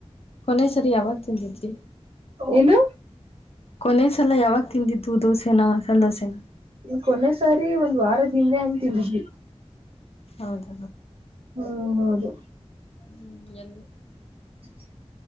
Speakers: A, on the left; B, on the right.
A: ಕೊನೆ ಸರಿ ಯಾವಾಗ ತಿಂದಿದ್ರರಿ
B: ಏನು
A: ಕೊನೆಸಲ ಯಾವಾಗ ತಿಂದಿದ್ದು ದೋಸೆನಾ ಮಸಾಲೆ ದೋಸೆನ
B: ಕೊನೆ ಸಾರಿ ಒಂದ್ ವಾರದ ಹಿಂದೆ ಹಂಗ್ ತಿಂದಿದ್ವಿ
A: ಹೌದ
B: ಹ್ಮ್ ಹೌದು
A: ಹ್ಮ್ ಎಲ್ಲಿ
B: ಅ